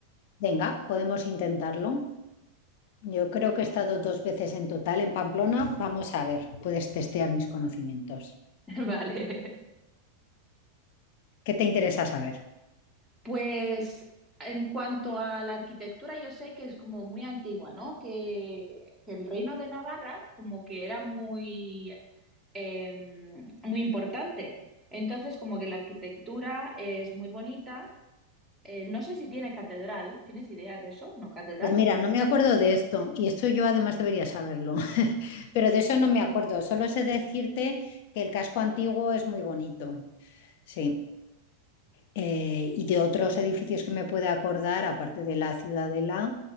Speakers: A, on the left; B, in the centre.
A: Venga, podemos intentarlo. Yo creo que he estado dos veces en total en Pamplona. Vamos a ver, puedes testear mis conocimientos.
B: <laughs> Vale.
A: ¿Qué te interesa saber?
B: Pues en cuanto a la arquitectura, yo sé que es como muy antigua, ¿no? Que, que el reino de Navarra como que era muy, eh, muy importante. Entonces, como que la arquitectura es muy bonita. Eh, no sé si tiene catedral. ¿Tienes idea de eso? No, catedral
A: Pues mira,
B: no tendrá.
A: no me acuerdo de esto y esto yo además debería saberlo, <laughs> pero de eso no me acuerdo. Solo sé decirte que el casco antiguo es muy bonito. Sí, Eh, y de otros edificios que me pueda acordar, aparte de la Ciudadela,